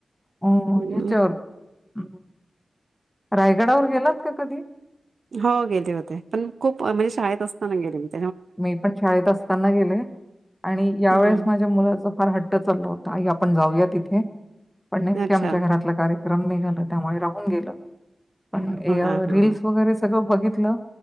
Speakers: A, in the centre; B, on the right.
A: अं,
B: हम्
A: ह्याच्यावर अं, रायगडावर गेलात का कधी
B: हो गेले होते पण खूप म्हणजे शाळेत असताना गेली होती
A: मी पण शाळेत असताना गेले आणि यावेेळेस
B: हा
A: माझ्या मुलाचा फार हट्ट चालला होता आपण जाऊया तिथे पण नेमके
B: अच्छा
A: आमच्या घरातला कार्यक्रम नाही झाल त्यामुळे राहून गेलं पण
B: हा हा हा
A: रीलस वगैरे सगळं बघितलं